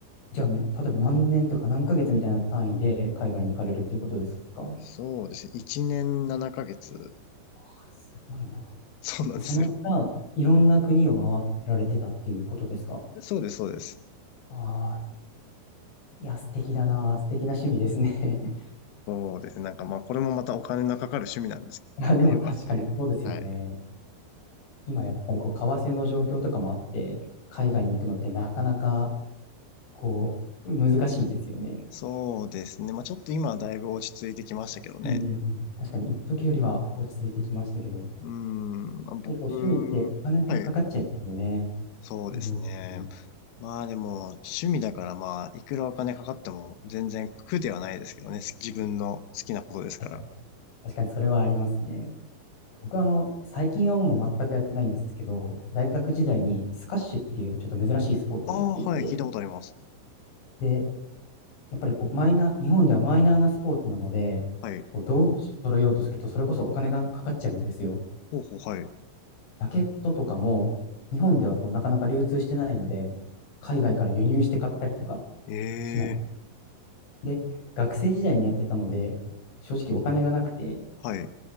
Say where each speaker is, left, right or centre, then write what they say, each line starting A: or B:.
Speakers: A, on the left; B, on the left.
A: じゃあ、例えば何年とか何ヶ月みたいな単位で海外に行かれるっていうことですか
B: そうですね。1年7ヶ月。
A: あすごいな。
B: そうなんですよ。
A: で、その間、いろんな国を回られてたっていうことですか
B: そうです、そうです。
A: ああ、いや、素敵だな。素敵な趣味ですね。<laughs>
B: そうですね。なんかまあ、これもまたお金のかかる趣味なんですけどね、
A: いや、でも確かにそうですよね。
B: 家は。はい。
A: 今やっぱりこう、為替の状況とかもあって、海外に行くのってなかなかこう、難しいですよね。
B: そうですね。まあ、ちょっと今はだいぶ落ち着いてきましたけどね。
A: うんうんうん。確かに、一時よりは落ち着いてきましたけど、やっ
B: うーん、まあ僕、
A: ぱりこう趣味ってお金がかかっちゃいますよね。
B: はい。そうですね。
A: どうしても。
B: まあでも、趣味だからまあ、いくらお金かかっても全然苦ではないですけどね。自分の好きなことですから。
A: 確かに、確かにそれはありますね。僕はあの、最近はもう全くやってないんですけど、大学時代にスカッシュっていうちょっと珍しいスポーツをやっていて、
B: ああ、はい、聞いたことあります。
A: で、やっぱりこう、マイナー、日本ではマイナーなスポーツなので、
B: はい。
A: こう道具を揃えようとすると、それこそお金がかかっちゃうんですよ。
B: ほうほう、はい。
A: ラケットとかも、日本ではこうなかなか流通してないので、海外から輸入して買ったりとか、
B: え
A: しない。
B: え、
A: で、学生時代にやってたので、正直お金がなくて、
B: はい。